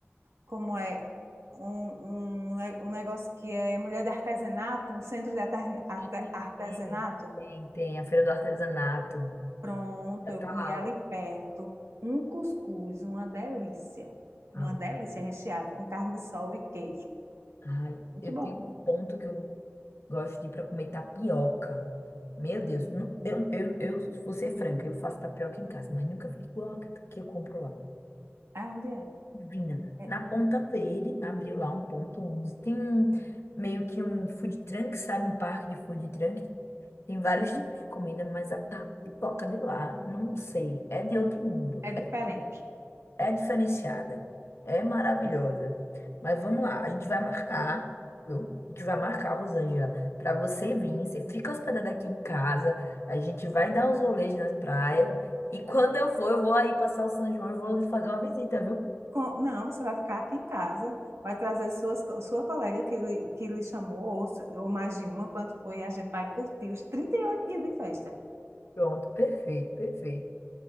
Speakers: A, on the right; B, on the left.
A: como é? Um, um, ne- um negócio que é mulher de artesanato, um centro de arte- arte-
B: Ih,
A: artesanato.
B: Tem, tem, tem. A Feira do Artesanato.
A: Pronto,
B: Já
A: eu
B: Tá
A: comi ali
B: lá.
A: perto um cuscuz, uma delícia. Uma
B: ó.
A: delícia recheado com carne de sol e queijo.
B: Ai,
A: Muito
B: eu
A: bom.
B: tenho um ponto que eu gosto de ir para comer tapioca. Meu Deus, não- eu, eu, eu vou ser franca, eu faço tapioca em casa, mas nunca fica igual a que que eu compro lá.
A: É onde é?
B: Divina.
A: É,
B: Na Ponta Verde, abriu lá um ponto, onze tem um, meio que um food truck, sabe? Um parque de food truck. Tem vários
A: sim.
B: tipos de comida, mas a tapioca de lá, não sei, é de outro mundo.
A: É diferente.
B: É diferenciada. É maravilhosa. Mas vamos lá, a gente vai marcar, viu? A gente vai marcar, Rosângela, para você vir. Você fica hospedada aqui em casa, a gente vai dar uns rolês nas praias. E quando eu for, eu vou aí passar o São João e vou lhe fazer uma visita, viu?
A: Com- não, você vai ficar aqui em casa, vai trazer suas, co- sua colega que lhe, que lhe chamou, ou, se- ou mais de uma, quanto foi, a gente vai curtir os 38 dias de festa.
B: Pronto, perfeito, perfeito.